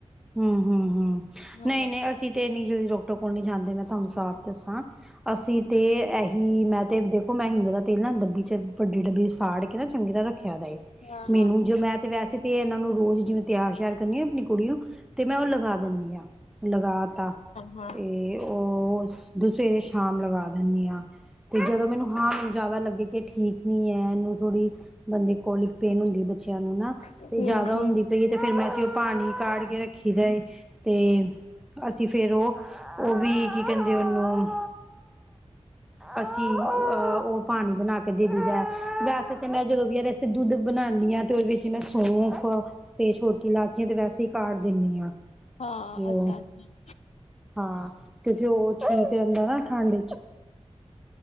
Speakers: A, in the centre; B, on the left.
A: ਹਮ ਹਮ ਹਮ
B: ਹਾਂ
A: ਨਹੀਂ ਨਹੀਂ ਅਸੀਂ ਤੇ ਇੰਨੀ ਜਲਦੀ ਡਾਕਟਰ ਕੋਲ ਨਹੀਂ ਜਾਂਦੇ ਮੈਂ ਤੁਹਾਨੂੰ ਸਾਫ਼ ਦੱਸਾਂ ਅਸੀਂ ਤੇ ਇਹੀ ਮੈਂ ਤੇ ਦੇਖੋ ਮੈਂ ਹੀ ਜਿਆਦਾ ਤੇਲ ਨਾ ਡੱਬੀ ਚ ਵੱਡੀ ਡੱਬੀ ਸਾੜ ਕੇ ਨਾ ਚੰਗੀ ਤਰ ਰੱਖਿਆ ਦਾ ਏ
B: ਹਾਂ ਹਾਂ
A: ਮੈਨੂੰ
B: ਹਾਂ ਹਾਂ
A: ਜ ਮੈਂ ਤੇ ਵੈਸੇ ਤੇ ਇਹਨਾਂ ਨੂੰ ਰੋਜ਼ ਜਿਵੇਂ ਤਿਆਰ ਸ਼ਿਆਰ ਕਰਨੀ ਆ ਆਪਣੀ ਕੁੜੀ ਨੂੰ ਤੇ ਮੈਂ ਉਹ ਲਗਾ ਦਿੰਦੀ ਆਾਂ ਲਗਾ ਤਾ
B: ਹਾਂ
A: ਤੇ ਉਹ ਉਹ ਸਵੇਰੇ ਸ਼ਾਮ ਲਗਾ ਦਿੰਦੀ ਹਾਂ ਤੇ ਜਦੋਂ ਮੈਨੂੰ ਹਾਰਨ ਜ਼ਿਆਦਾ ਲੱਗੇ ਕਿ ਠੀਕ ਨੀ ਹੈ ਇਹਨੂੰ ਥੋੜ੍ਹੀ ਬੰਦੇ ਕੋਲਿਕ ਪੇਨ ਹੁੰਦੀ ਹੈ ਬੱਚੀ ਨੂੰ ਨਾ
B: ਹਮ
A: ਤੇ ਜਿਆਦਾ
B: ਹਮ
A: ਹੁੰਦੀ ਪਈ ਤੇ ਫੇਿਰ ਮੈਂ ਉਹ ਪਾਣੀ ਕਟ ਕੇ ਰੱਖੀ ਦਾ ਤੇ ਅਸੀਂ ਫੇਰ ਉਹ ਉਹ ਵੀ ਕੀ ਕਹਿੰਦੇ ਉਹਨੂੰ ਅਸੀਂ ਅਹ ਉਹ ਪਾਣੀ ਬਣਾ ਕੇ ਦੇ ਵੈਸੇ ਤੇ ਮੈਂ ਜਦੋਂ ਵੀ ਯੇ ਦੁੱਧ ਬਣਾਉਂਦੀ ਹ ਤੇ ਉਹਦੇ ਵਿੱਚ ਮੈਂ ਸੌਫ ਤੇ ਛੋਟੇ ਲਾਚੀਆਂ ਤੇ ਵੈਸੇ ਕਾੜ ਦਿੰਦੀ ਆ
B: ਹਾਂ
A: ਤੇ
B: ਅੱਛਾ
A: ਉਹ
B: ਅੱਛਾ
A: ਹਾਂ ਕਿਉਂਕਿ ਉਹ ਠੀਕ ਰਹਿੰਦਾ ਨਾ ਠੰਢ